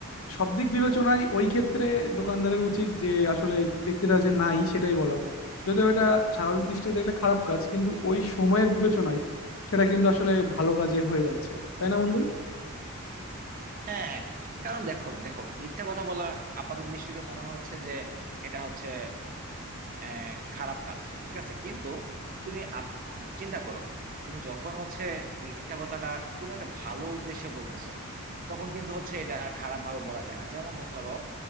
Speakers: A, on the left; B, on the right.
A: সব দিক বিবেচনায় ওই ক্ষেত্রে দোকানদারের উচিত যে আসলে ব্যক্তিরা যে নাই সেটাই বলার যদিও এটা স্বাভাবিক দৃষ্টিতে দেখলে খারাপ কাজ কিন্তু ওই সময়ের বিবেচনায় সেটা কিন্তু আসলে ভালো কাজে হয়ে যাচ্ছে তাই না বন্ধু
B: হ্যাঁ হ্যাঁ কারণ দেখো দেখো মিথ্যা কথা বলা আপাত দৃষ্টিতে মনে হচ্ছে যে এটা হচ্ছে আহ খারাপ কাজ ঠিক আছে কিন্তু তুমি আপ- চিন্তা করো তুমি যখন হচ্ছে মিথ্যা কথাটা কোনো একটা ভালো উদ্দেশ্যে বলতেছো তখন কিন্তু হচ্ছে এটা খারাপ ভাবে বলা যায় না যেমন ধরো